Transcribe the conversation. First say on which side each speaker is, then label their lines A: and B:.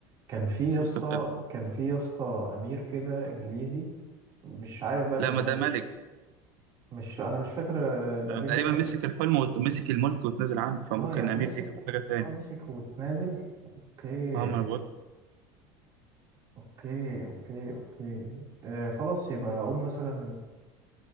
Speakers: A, on the right; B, on the right.
A: كان في يا
B: 36
A: اسطى كان في يا اسطى أمير كده إنجليزي مش عارف بقى كان
B: لا ما
A: ولا
B: ده ملك
A: ايه مش أنا مش فاكر آه، الأمير
B: ده تقريبا
A: ده كان
B: مسك الحلم ومسك الملك واتنازل عنه فممكن
A: اه يعني
B: أمير
A: مسك
B: دي تبقى حاجة تاني
A: اه مسك وتنازل اوكي
B: اه ما انا بقول لك
A: اوكي اوكي اوكي آه خلاص يبقى هقول مثلا